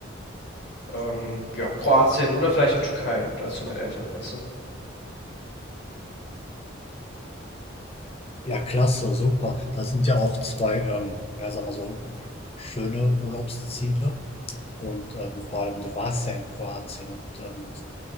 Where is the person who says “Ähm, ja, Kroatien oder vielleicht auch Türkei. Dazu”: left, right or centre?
Left